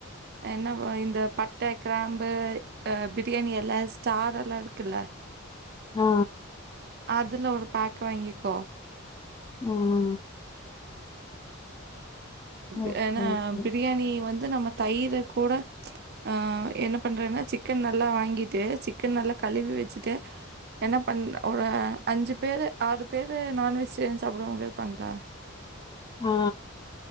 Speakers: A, on the right; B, on the left.
A: என்ன இந்த பட்ட கிராம்பு அ பிரியாணி எல ஸ்டார் எல இருக்குல்ல
B: ஆ
A: அதுல ஒரு பேக் வாங்கிக்கோ
B: ம்
A: ப
B: ஓகே
A: ஏன
B: ஓகே
A: பிரியாணி வந்து நம்ம தயிர கூட ஆ என்ன பண்றேன்னா சிக்கன் நல்லா வாங்கிட்டு சிக்கன் நல்லா கழுவி வெச்சுட்டு என்ன பண் ஒரு அஞ்சு பேரு ஆறு பேரு நான்வெஜ்டேரியன் சாப்புறவங்க இருப்பாங்ள
B: ஆ